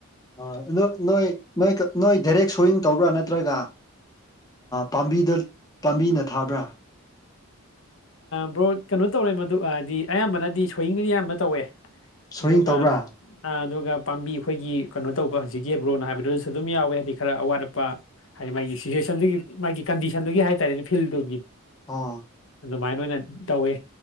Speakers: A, on the left (about 15°); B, on the left (about 60°).
A: ꯑ ꯑꯗꯨ ꯅꯣꯏ ꯅꯣꯏ ꯅꯣꯏ ꯗꯥꯏꯔꯦꯛ ꯁꯣꯋꯤꯡ ꯇꯧꯕ꯭ꯔꯥ ꯅꯠꯇ꯭ꯔꯒ ꯄꯥꯝꯕꯤꯗꯣ ꯄꯥꯝꯕꯤꯅ ꯊꯥꯕ꯭ꯔꯥ
B: ꯕ꯭ꯔꯣ ꯀꯩꯅꯣ ꯇꯧꯔꯦ ꯃꯗꯨ ꯑꯌꯥꯝꯕꯅꯗꯤ ꯁꯣꯏꯋꯤꯡꯅ ꯑꯌꯥꯝꯕ ꯇꯧꯋꯦ
A: ꯁꯣꯋꯤꯡ
B: ꯑꯗꯣꯒ
A: ꯇꯧꯕ꯭ꯔꯥ
B: ꯑꯗꯨꯒ ꯄꯥꯝꯕꯤ ꯑꯩꯈꯣꯏꯒꯤ ꯀꯩꯅꯣ ꯇꯧꯕ ꯍꯧꯖꯤꯛꯀꯤ ꯕ꯭ꯔꯣꯅ ꯍꯥꯏꯕꯗꯨ ꯑꯗꯨꯁꯨ ꯑꯗꯨꯝ ꯌꯥꯎꯋꯦ ꯍꯥꯏꯗꯤ ꯈꯔ ꯑꯋꯥꯠ ꯑꯄꯥ ꯍꯥꯏꯗꯤ ꯃꯥꯒꯤ ꯁꯤꯆꯨꯋꯦꯁꯟꯗꯨꯒꯤ ꯃꯥꯒꯤ ꯀꯟꯗꯤꯁꯟꯗꯨꯒꯤ ꯍꯥꯏꯇꯥꯔꯦꯅꯦ ꯐꯤꯜꯗꯨꯒꯤ
A: ꯑꯥ
B: ꯑꯗꯨꯃꯥꯏꯅ ꯑꯣꯏꯅ ꯇꯧꯋꯦ